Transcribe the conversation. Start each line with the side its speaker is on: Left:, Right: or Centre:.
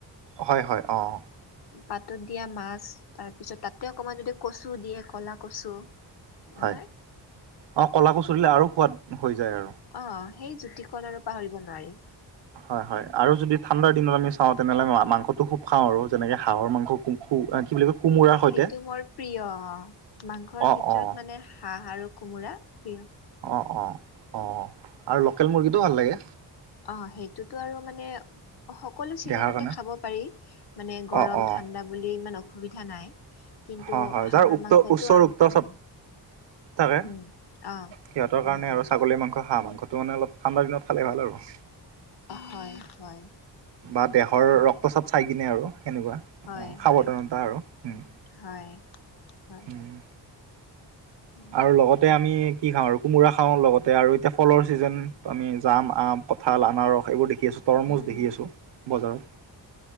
Right: হয় হয় অ'
Left: পাতত দিয়া মাছ তাৰপিছত তাতে অকমান যদি কচু দিয়ে, কলা কচু।
Right: হয়।
Left: নহয়
Right: অ কলা কচু দিলে আৰু সোৱাদ হৈ যায় আৰু
Left: অ সেই জ্যোতিকণ আৰু পাহৰিব নোৱাৰি।
Right: হয় হয় আৰু যদি ঠাণ্ডাৰ দিনত আমি চাওঁ তেনেহ'লে মা মাংসটো খুব খাওঁ আৰু যেনেকে হাঁহৰ মাংস আ কি বুলি কয়? কোমোৰাৰ সৈতে
Left: সেইটো মোৰ প্ৰিয় অ। মাংসৰ
Right: অ'
Left: ভিতৰত
Right: অ'
Left: মানে হাঁহ আৰু কোমোৰা। প্ৰিয়।
Right: অঁ অঁ অঁ, আৰু লোকেল মুৰ্গীটো ভাল লাগে।
Left: অহ সেইটোতো আৰু মানে সকলো ছিজনতে
Right: দেহাৰ কাৰণে
Left: খাব পাৰি মানে গৰম
Right: অ' অ'
Left: ঠাণ্ডা বুলি ইমান অসুবিধা নাই। কিন্তু
Right: হয় হয় যাৰ
Left: হাঁহৰ
Right: উক্ত
Left: মাংসটো
Right: উচ্চ
Left: আম
Right: ৰক্ত চাপ
Left: উম
Right: থাকে।
Left: উম অ
Right: সিহঁতৰ
Left: উম
Right: কাৰণে
Left: উম
Right: আৰু ছাগলী মাংস হাঁহ মাংসটো মানে অলপ। ঠাণ্ডা দিনত খালে ভাল আৰু।
Left: হয় হয়।
Right: বা দেহৰ
Left: হয়
Right: ৰক্তচাপ চাই কিনে আৰু সেনেকুৱা।
Left: হয়
Right: অ সাৱধানতা
Left: হয়
Right: আৰু উম
Left: হয় হয়।
Right: উম
Left: উম
Right: আৰু লগতে আমি কি খাওঁ আৰু কোমোৰা খাওঁ লগতে আৰু এতিয়া ফলৰ ছিজন আমি জাম, আম, কঁঠাল, আনাৰস এইবোৰ দেখোঁ। খি আছো তৰমুজ
Left: উম
Right: দেখি আছো বজাৰত